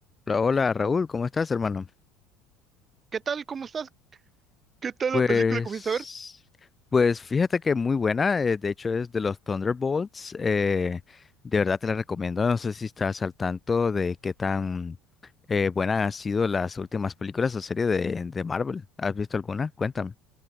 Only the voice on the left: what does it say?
Hola, hola, Raúl, ¿cómo estás, hermano?
Pues,
pues fíjate que muy buena, eh, de hecho es de los Thunderbolts, eh, de verdad te la recomiendo, no sé si estás al tanto de qué tan eh, buena han sido las últimas películas o series de, de Marvel, ¿has visto alguna? Cuéntame.